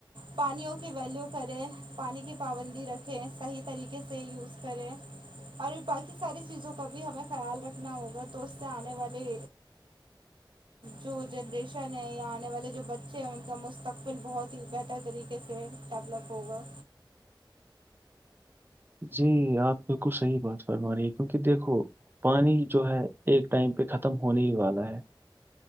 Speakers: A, on the right; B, on the right.
A: پانیوں کی ویلیو کریں پانی کی پابندی رکھیں صحیح طریقے سے یوز کریں اور باقی ساری چیزوں کا بھی ہمیں خیال رکھنا ہوگا تو اس سے آنے والے جو جنریشن ہے یا آنے والے جو بچے ہیں ان کا مستقبل پن بہت ہی بہتر طریقے سے ڈیولپ ہوگا
B: جی آپ بالکل صحیح بات فرما رہی ہیں کیونکہ دیکھو پانی جو ہے ایک ٹائم پہ ختم ہونے ہی والا ہے